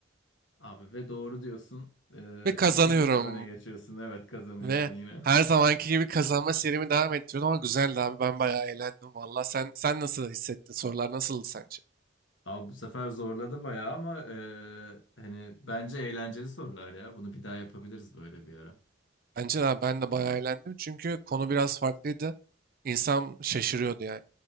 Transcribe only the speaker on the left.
Abi ve doğru diyorsun. Ee,
2-1 öne geçiyorsun. Evet kazanıyorsun
yine.
<laughs> Abi bu sefer zorladı bayağı ama e, hani bence eğlenceli sorular ya. Bunu bir daha yapabiliriz böyle bir ara.